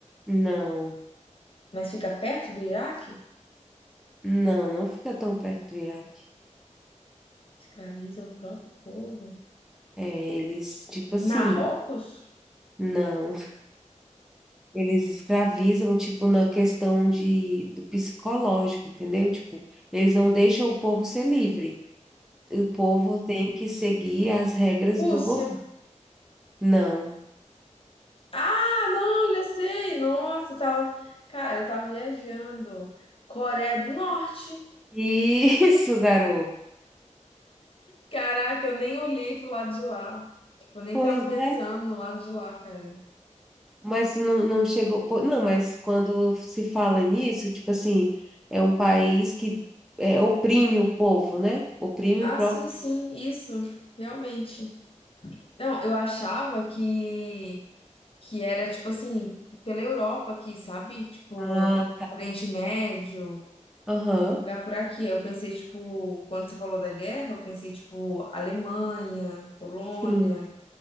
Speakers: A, in the centre; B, on the left (about 45°).
A: Não,
B: Mas fica perto do Iraque?
A: não, não fica tão perto do Iraque.
B: Escraviza o próprio povo.
A: É, eles, tipo assim,
B: Marrocos?
A: não, eles escravizam, tipo, na questão de, do psicológico, entendeu? Tipo, eles não deixam o povo ser livre. O povo tem que seguir as regras
B: Rússia?
A: do governo. Não.
B: Ah, não, já sei. Nossa, eu tava. Cara, eu tava viajando. Coreia do Norte.
A: <laughs> Isso, garoto.
B: Caraca, eu nem olhei pro lado de lá. Tipo, eu nem
A: Pois
B: tava pensando
A: é,
B: no lado de lá, cara.
A: mas tu não, não chegou. pô, Não, mas quando se fala nisso, tipo assim, é um país que é, oprime o povo, né? Oprime
B: Ah,
A: o próprio.
B: sim, sim, isso, realmente. Não, eu achava que, que era, tipo assim, pela Europa aqui, sabe? Tipo,
A: Ah,
B: Oriente Médio,
A: Aham,
B: algum lugar por aqui. Aí eu pensei, tipo, quando você falou da guerra, eu pensei, tipo, Alemanha, Polônia.
A: sim.